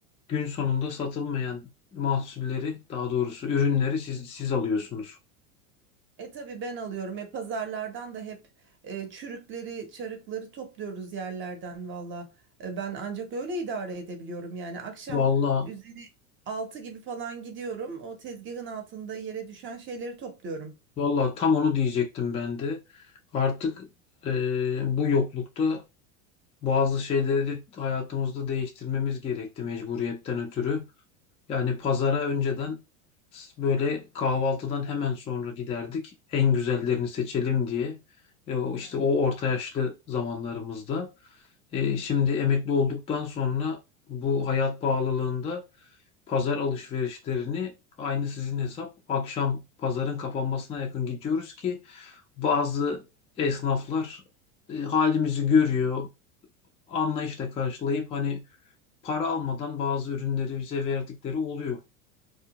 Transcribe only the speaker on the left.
gün sonunda satılmayan mahsulleri, daha doğrusu ürünleri siz siz alıyorsunuz.
Vallahi,
vallahi tam onu diyecektim ben de. Artık e, bu yoklukta bazı şeyleri de hayatımızda değiştirmemiz gerekti mecburiyetten ötürü. Yani pazara önceden s- böyle kahvaltıdan hemen sonra giderdik. En güzellerini seçelim diye. E, o
işte o orta yaşlı zamanlarımızda. E, şimdi emekli olduktan sonra bu hayat pahalılığında pazar alışverişlerini aynı sizin hesap akşam pazarın kapanmasına yakın gidiyoruz ki bazı esnaflar e, halimizi görüyor, anlayışla karşılayıp hani para almadan bazı ürünleri bize verdikleri oluyor.